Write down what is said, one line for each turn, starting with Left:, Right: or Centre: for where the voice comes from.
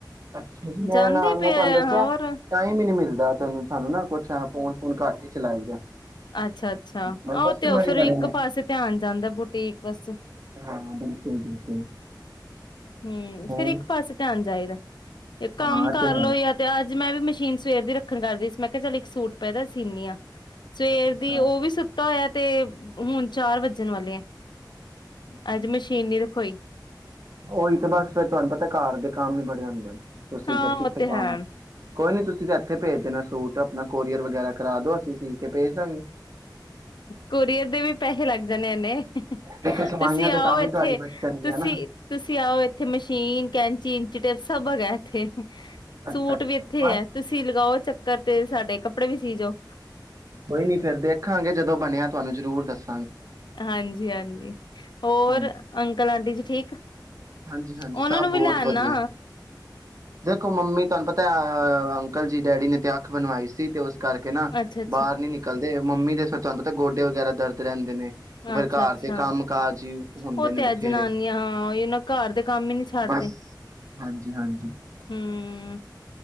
Right: ਅੱਛਾ ਜੀ, ਮੈਂ
Left: ਜਾਂਦੇ
Right: ਨਾ,
Left: ਪਏ
Right: ਮੈਂ ਤੁਹਾਨੂੰ ਦੱਸਿਆ।
Left: ਹੋਰ
Right: ਟਾਈਮ ਹੀ ਨੀ ਮਿਲਦਾ। ਤੈਨੂੰ ਸਾਨੂੰ ਨਾ ਕੁਛ ਆਹ ਫੋਨ ਫੂਨ ਕਰਕੇ। ਚਲਾਈ ਦਾ
Left: ਅੱਛਾ-ਅੱਛਾ।
Right: ਬਸ
Left: ਉਹ
Right: ਕਸਟਮਰ
Left: ਤੇ ਉਹ
Right: ਹੀ
Left: ਫੇਰ ਇੱਕ
Right: ਬੜੇ ਨੇ
Left: ਪਾਸੇ ਧਿਆਨ ਜਾਂਦਾ। ਬੁਟੀਕ ਵਸ
Right: ਹਾਂ ਬਿਲਕੁਲ ਬਿਲਕੁਲ
Left: ਹਮ,
Right: ਹੋਰ
Left: ਫੇਰ ਇੱਕ ਪਾਸੇ ਧਿਆਨ ਜਾਏਗਾ। ਇਹ ਕੰਮ
Right: ਹਾਂ
Left: ਕਰ
Right: ਤੇ ਹੈ
Left: ਲਓ ਯਾ ਤੇ ਅੱਜ ਮੈਂ ਵੀ ਮਸ ਮਸ਼ੀਨ ਸਵੇਰ ਦੀ ਰੱਖਣ ਕਰਦੀ ਸੀ, ਮੈਂ ਕਿਹਾ ਚਲ ਇੱਕ ਸੂਟ ਪਿਆ ਏਦਾ ਸੀਨੀ ਆਂ। ਸਵੇਰ
Right: ਅੱਛਾ ਅੱਛਾ ਅੱਛਾ
Left: ਦੀ, ਉਹ ਵੀ ਸੁੱਤਾ ਹੋਇਆ। ਤੇ ਹੁਣ ਚਾਰ ਵੱਜਣ ਵਾਲੇ ਐ।
Right: ਅੱਛਾ
Left: ਅੱਜ ਮਸ਼ੀਨ ਨੀ ਰਖ ਹੋਈ।
Right: ਉਹੀ ਤੇ ਬਸ ਫੇਰ ਤੁਹਾਨੂੰ ਪਤਾ ਘਰ ਦੇ ਕੰਮ ਹੀ ਬੜੇ ਹੁੰਦੇ ਨੇ। ਤੁਸੀਂ
Left: ਹਾਂ
Right: ਫਿਰ ਕਿੱਥੇ
Left: ਉਹ ਤੇ
Right: ਕੰਮ,
Left: ਹੈ
Right: ਕੋਈ ਨੀ ਤੁਸੀਂ <unintelligible> ਭੇਜ ਦੇਣਾ ਸੂਟ, ਆਪਣਾ ਕੋਰੀਅਰ ਵਗੈਰਾ ਕਰਾ ਦੋ। ਅਸੀਂ ਸਿੱਲ ਕੇ ਭੇਜ ਦਾਂਗੇ।
Left: ਕੋਰੀਅਰ ਦੇ ਵੀ <unintelligible>
Right: ਦੇਖੋ ਸਵਾਈਆਂ
Left: ਤੁਸੀਂ
Right: ਤੇ
Left: ਆਓ
Right: ਤਾਂ ਵੀ
Left: ਇੱਥੇ
Right: ਤੁਹਾਡੀ ਬਚਣਗੀਆਂ
Left: ਤੁਸੀਂ
Right: ਨਾ
Left: ਤੁਸੀਂ ਆਓ ਇੱਥੇ ਮਸ਼ੀਨ ਕੈਂਚੀ ਇੰਚੀ ਟੇਪ ਸਭ ਹੈਗਾ ਏਥੇ।
Right: ਅੱਛਾ
Left: ਸੂਟ
Right: ਅੱਛਾ
Left: ਵੀ ਇੱਥੇ
Right: ਬਸ
Left: ਹੈ, ਤੁਸੀਂ ਲਗਾਓ ਚੱਕਰ ਘਰ ਤੇ ਸਾਡੇ ਕੱਪੜੇ ਵੀ ਸੀ ਜਾਓ
Right: ਕੋਈ ਨੀ ਫੇਰ ਦੇਖਾਂਗੇ, ਜਦੋਂ ਬਣਿਆ ਤੁਹਾਨੂੰ ਜ਼ਰੂਰ ਦੱਸ
Left: ਹਾਂਜੀ - ਹਾਂਜੀ। ਹੋਰ
Right: ਹਾਂਜੀ
Left: ਅੰਕਲਾਂ ਬੀਜੀ ਠੀਕ ਆ?
Right: ਹਾਂਜੀ ਹਾਂਜੀ
Left: ਉਹਨਾਂ
Right: ਸਭ
Left: ਨੂੰ
Right: ਬਹੁਤ
Left: ਵੀ ਲੈਣ
Right: ਵਧੀਆ
Left: ਨਾ।
Right: ਦੇਖੋ ਮੰਮੀ ਤੁਹਾਨੂੰ ਪਤਾ ਅਹ ਅੰਕਲ ਜੀ ਡੈਡੀ ਨੇ ਤੇ ਅੱਖ ਬਣਵਾਈ ਸੀ ਤੇ ਉਸ ਕਰਕੇ ਨਾ
Left: ਅੱਛਾ ਅੱਛਾ
Right: ਬਾਹਰ ਨੀ ਨਿਕਲਦੇ। ਮੰਮੀ ਦੇ ਫਿਰ ਤੁਹਾਨੂੰ ਪਤਾ ਗੋਡੇ ਵਗੈਰਾ ਦਰਦ ਰਹਿੰਦੇ ਨੇ। ਉਹ ਫਿਰ
Left: ਅੱਛਾ
Right: ਘਰ
Left: -ਅੱਛਾ,
Right: ਦੇ ਕੰਮ ਕਾਜ ਹੀ ਹੁੰਦੇ
Left: ਉਹ
Right: ਨੇ
Left: ਤੇ ਹੈ
Right: ਬਥੇਰੇ
Left: ਜਨਾਨੀਆਂ ਇਹਨਾਂ ਘਰ ਦੇ ਕੰਮ ਹੀ ਨਹੀਂ ਛੱਡਦੇ
Right: ਬਸ ਹਾਂਜੀ ਹਾਂਜੀ
Left: ਹੂੰ